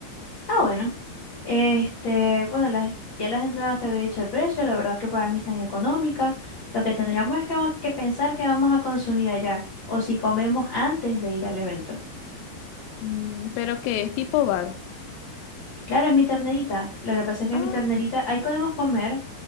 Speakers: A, on the left (about 60°); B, on the left (about 80°).
A: Ah, bueno. Este, bueno, las, ya las entradas te había dicho el precio, la verdad que para mí están económicas. Lo que tendríamos
B: Mm,
A: es que, que pensar que vamos a consumir allá, o si comemos antes de ir al evento.
B: mm, pero que es tipo bar.
A: Claro, es mi ternerita. Lo que pasa es que
B: Ah,
A: mi ternerita, ahí podemos comer,